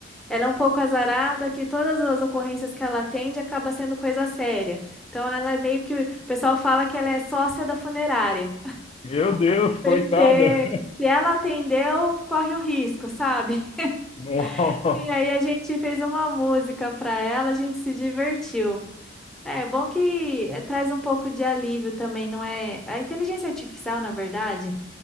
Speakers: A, in the centre; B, on the left.
A: ela é um pouco azarada, que todas as ocorrências que ela atende acaba sendo coisa séria. Então ela é meio que, o pessoal fala que ela é sócia da funerária,
B: Meu Deus,
A: porque
B: coitada!
A: se ela atendeu, corre o risco, sabe? <laughs>
B: <laughs> Nossa.
A: E aí a gente fez uma música para ela, a gente se divertiu. É bom que eh, traz um pouco de alívio também, não é? A inteligência artificial, na verdade.